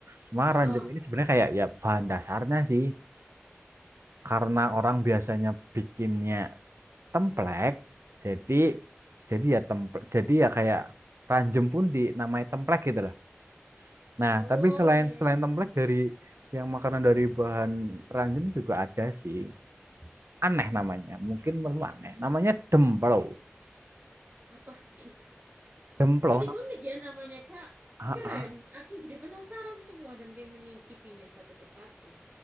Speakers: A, on the right (about 75°); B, on the right (about 45°).
A: Cuma
B: Ah.
A: ranjem ini
B: ah.
A: sebenarnya kayak ya bahan dasarnya sih. Karena orang biasanya bikinnya templek, jadi
B: Mm-mm.
A: jadi ya templek, jadi ya kayak ranjem pun dinamai templek gitu loh. Nah,
B: Oh
A: tapi selain
B: iya iya
A: selain
B: iya. mm
A: templek dari yang makanan dari bahan ranjem juga ada sih. Aneh namanya. Mungkin menurutmu aneh. Namanya demplo.
B: Apa <laughs> gitu kak?
A: Demplo
B: Unik-unik ya namanya, Kak.
A: Heeh.
B: Keren. Aku jadi penasaran semua dan pengen mengicipinya satu persatu.